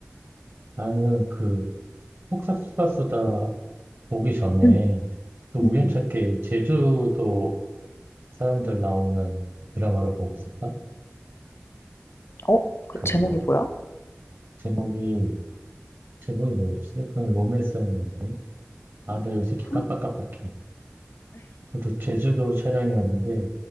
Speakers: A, on the right (about 55°); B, on the left (about 60°).
A: 나는 그 폭싹수가 쓰다 보기 전에
B: 응,
A: 또 우연찮게
B: 응, 응.
A: 제주도 사람들 나오는 드라마를 보고 있었다.
B: 어? 그
A: 그
B: 제목이 뭐야?
A: 제목이 제목이 뭐였지? 그냥 로맨스였는데 아,
B: 어.
A: 나 요새 이렇게 깜빡깜빡해.
B: 한
A: 그것도 제주도 촬영이었는데